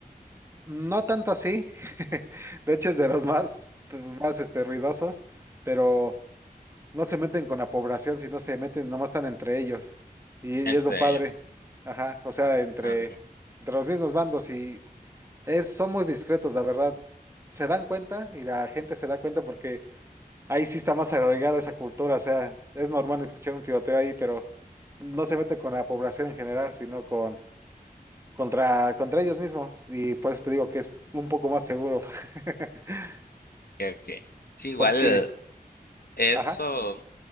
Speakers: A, on the right (about 15°); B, on the left (about 75°).
A: No tanto así, <laughs> de hecho es de los más, más este, ruidosos, pero no se meten con la población, sino se meten, nomás están entre ellos. Y, y
B: Entre
A: es lo padre,
B: ellos.
A: ajá, o sea, entre,
B: Ah, ok,
A: entre los mismos bandos y es, son muy discretos, la verdad. Se dan cuenta y la gente se da cuenta porque ahí sí está más arraigada esa cultura, o sea, es normal escuchar un tiroteo ahí, pero no se mete con la población en general, sino con contra, contra ellos mismos. Y por eso te digo que es un poco más seguro, <laughs>
B: ok. Sí, igual
A: porque,
B: eso,
A: ajá,